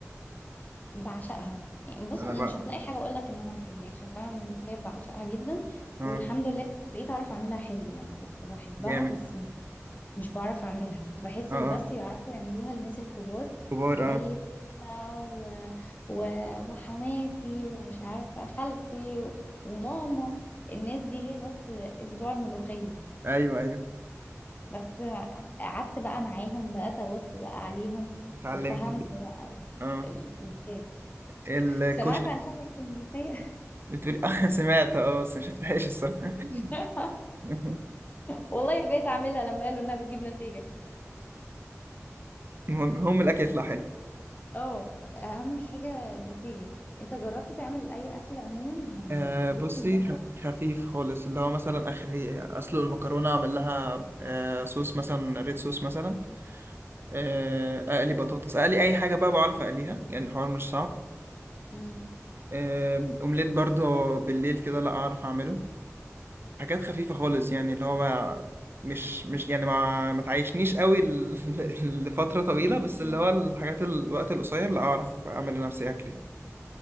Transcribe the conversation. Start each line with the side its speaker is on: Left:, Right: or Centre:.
Left: بعشقها يعني بص
Right: انا
Left: مش
Right: بقى
Left: هتلاقي حاجه اقول لك ان انا ما بحبهاش يعني فعلا الملوخيه بعشقها جدا
Right: اه
Left: والحمد لله بقيت اعرف اعملها حلو يعني كنت بحبها
Right: جامد
Left: بس م- مش بعرف اعملها كنت بحس
Right: اه
Left: اللي
Right: اه
Left: بس يعرفوا يعملوها الناس الكبار
Right: كبار
Left: زي
Right: اه
Left: تيتا و... و... وحماتي ومش عارفه خالتي و... وماما الناس دي هي بس بتوع الملوخيه
Right: ايوه ايوه
Left: بس قعدت بقى معاهم بدأت أبص بقى عليهم
Right: اتعلمت
Left: وفهمت
Right: دي.
Left: بقى ال-
Right: اه
Left: التركات
Right: الكشري
Left: سمعت عن شهوة المنسية
Right: بتقولي <laughs> اه سمعت اه بس ما شفتهاش الصراحة
Left: <laughs>
Right: <laughs>
Left: والله بقيت أعملها لما قالوا إنها بتجيب نتيجة
Right: المهم هم الاكل يطلع حلو
Left: اه أهم حاجة النتيجة أنت جربت تعمل أي أكل عموما يعني
Right: آه
Left: ب-
Right: بصي
Left: ليك في المطبخ
Right: خ- خفيف خالص اللي هو مثلا اخري اسلق المكرونه اعمل لها آه صوص مثلا ريد صوص مثلا آه اقلي بطاطس اقلي اي حاجه بقى بعرف اقليها يعني الحوار مش صعب
Left: مم.
Right: آه اومليت برضه بالليل كده لا اعرف اعمله حاجات خفيفه خالص يعني اللي هو مش مش يعني ما ما تعيشنيش قوي ل- <laughs> لفتره طويله بس اللي
Left: مم.
Right: هو الحاجات الوقت القصير لا اعرف اعمل لنفسي اكل يعني